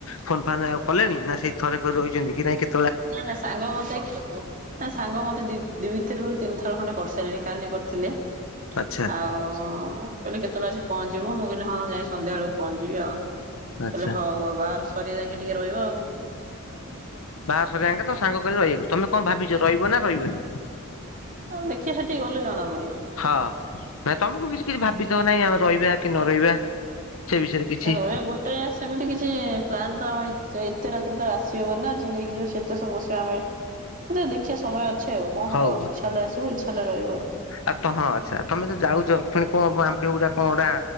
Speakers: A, on the left; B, on the right.
A: ଫୋନ ଫାନ୍ ଆଉ କଲେଣି ନା ସେଇ ଥରେ କରି ରହିଛନ୍ତି କି ନାଇଁ କେତେ।
B: ନା ନା ସାଙ୍ଗ ମତେ। ନା ସାଙ୍ଗ ମତେ ଦି ଦିଇ ଥରରୁ ତିନିଥର ଖଣ୍ଡେ କରିସାରିଲିଣି କାଲି କରିଥିଲେ।
A: ଆଚ୍ଛା
B: ଆଉ କହିଲେ କେତେବେଳେ ଆସି ପହଞ୍ଚିବୁ ମୁଁ କହିଲି ହଁ ଯାଇ ସନ୍ଧ୍ୟା ବେଳକୁ ପହଞ୍ଚଯିବି ଆଉ। କହିଲେ
A: ଆଚ୍ଛା।
B: ହଉ ହଉ ବାହାଘର ସରିବା ଯାଙ୍କେ ଟିକେ ରହିବ ଆଉ।
A: ବାହାଘର ସରିବା ଯାଙ୍କେ ତମ ସାଙ୍ଗ କହିଲେ ରହିବାକୁ ତମେ କଣ ଭାବିଛ ରହିବ ନା ରହିବନି।
B: ହଁ ଦେଖିବା ସେଠିକି ଗଲେ ଜଣା ପଡିବ।
A: ହଁ ନା ତମକୁ କିଛି କିଛି ଭାବି ଥବ ନାହିଁ ଆମେ ରହିବା କି ନ ରହିବା ସେ ବିଷୟରେ କିଛି।
B: ଏୟା ଗୋଟେ ଜା ସେମିତି କିଛି ପ୍ଲାନ୍ ତ ଆମ ଏତେ ରାତିରେ ତ ଆସିହବ ନା ଯିଏ ନେଇକି ଯିବ ସେ। ଏତେ ସମୟ ବସିବ ଆମେ ସେତେ ବେଳେ ଦେଖିବା ସମୟ ଅଛି ଆଉ କଣ ହବ
A: ହଉ
B: ଆଉ ଇଛା ହେଲେ ଆସିବୁ ଇଛା ହେଲେ ରହିବ ଆଉ।
A: ଆ ତ ହଁ ଆଚ୍ଛା ତମେ ଯୋଉ ଯାଉଛ ଫୁଣି କଁ ଆମ ପାଇଁ ଗୁଟା କଣ ଗୁଟା